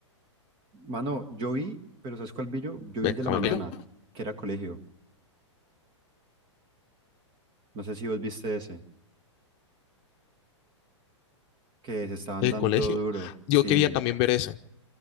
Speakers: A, on the right; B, on the left.
A: Mano, yo vi, pero ¿sabes cuál vi yo? Yo
B: ¿Ves,
A: vi el de
B: Camilo?
A: la mañana, que era colegio. No sé si vos viste ese, que se estaban
B: El
A: dando
B: colegio.
A: duro.
B: Yo
A: Sí,
B: quería también ver eso.